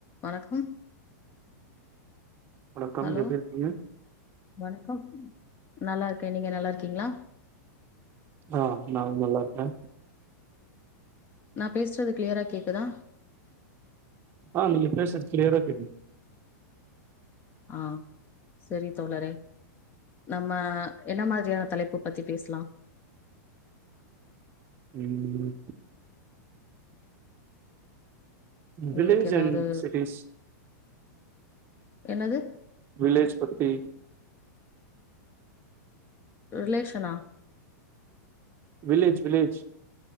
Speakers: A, on the left; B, on the right.
A: வணக்கம்
B: வணக்கம்
A: ஹலோ
B: எப்டி இருக்கீங்க
A: வணக்கம் நல்லாருக்கே நீங்க நல்லாருக்கீங்களா
B: ஆ நானு நல்லாருக்கே
A: நா பேசுறது கிளீயரா கேக்குதா
B: ஆ நீங்க பேசுறது கிளீயரா கேக்குது
A: ஆ செரி தோழரே நம்ம என்ன மாரியான தலைப்பு பத்தி பேஸ்லா
B: ம்
A: உங்களுக்கு
B: வில்லேஜ்
A: ஏதாது
B: அண்ட் சிட்டிஸ்
A: என்னது
B: வில்லேஜ் பத்தி
A: ரிலேஷனா
B: வில்லேஜ் வில்லேஜ்